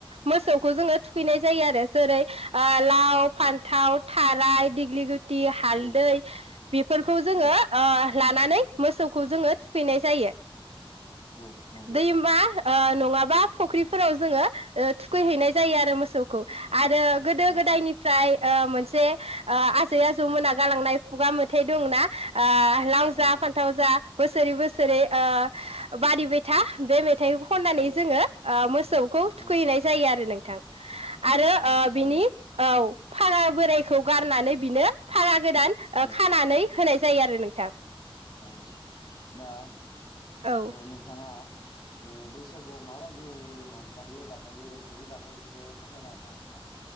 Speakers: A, on the right; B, on the left.
A: मोसौखौ जोङो थुखैनाय जायो आरो जेरै लाव
B: औ
A: फान्थाव थाराय दिग्लि गु ति हालदै
B: औ
A: बेफोरखौ जोङो
B: औ
A: ओ लानानै मोसौखौ जोङो थुखैनाय जायो
B: औ नंगौ
A: दैमा नङाबा फुख्रिफोराव जोङो ओ थुखैहैनाय जायो आरो मोसौखौ आरो गोदो
B: औ
A: गोदायनिफ्राय ओ मोनसे ओ आ जै आजौ मोना गालांनाय खुगा मेथाइ दंना ओ लाव
B: औ
A: जा फान्थाव जा बोसोरै बोसोरै ओ बारिबायथा बे मेथाइ खननानै
B: औ
A: जोङो ओ मोसौखौ
B: औ
A: थुखैैनाय जायो आरो नोंथां आरो ओ
B: औ थारैनो
A: बिनि औ फागा बोरायखौ गारनानै। बिनो फागा गोदान
B: औ
A: खानानै होनाय जायो आरो नोंथां।
B: औ दा
A: औ
B: ओ नोंथाङा ओ बैसागुआव माबायदि रंजायो बाजायो बेनि बागै एसे फोरमायना होनो हागोन ना?